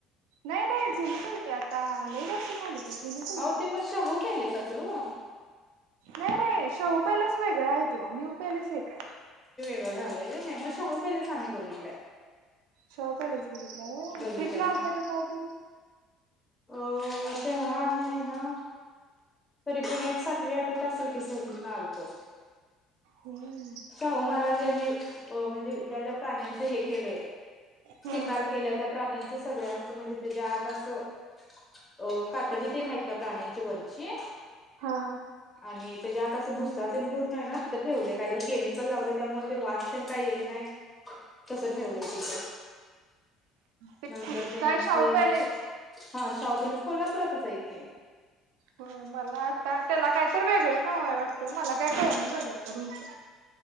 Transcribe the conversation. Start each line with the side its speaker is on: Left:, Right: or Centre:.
Right: नाई नाई जुनीच हाय ती आता लय वर्ष झाली. ते जुनच
Left: आहो
Right: आहे की
Left: ते मग शाहू पॅलेस असल हो.
Right: नाई नाई शाहू पॅलेस वेगळा हाय त्यो न्यू पॅलेस एक हाय.
Left: आता झालंय व्हय मं शाहू पॅलेस आम्ही बघितलाय.
Right: शाहू पॅलेस बघितलाय व्हय
Left: बघितलाय
Right: ट्रिपला आलता का काय तुम्ही?
Left: अं ते ह्या आमी हाय नां. तरी पण एक सातवी आठवीत असंल की सहलीतना आलतो.
Right: हम्म
Left: शाहू महाराजांन नी अं म्हणजे ज्या ज्या प्राण्यांचे हे केलंय
Right: हा
Left: शिकार केलंय त्या प्राण्यां अस सगळ्यांचं म्हणजे तेज्या आत असं. अ कातडी तेन हैत त्या प्राण्यांच्या वरची...
Right: हां.
Left: आणि तेज्या आत असं भुस्सा भरून हाय ना तिथं ठेवलंय काय तर... केमिकल लावलंय त्यामुळं ते वास तेन काय येत नाई कस ठेवलंय तिथं?
Right: ते
Left: नंतर त्यांची
Right: काय शाहू पॅलेस
Left: हा शाहू पॅलेस.... कोल्हापुरातच हाय की...
Right: होय मला आता... वाटतो मला काय कळंना झालंय आता रूमचं....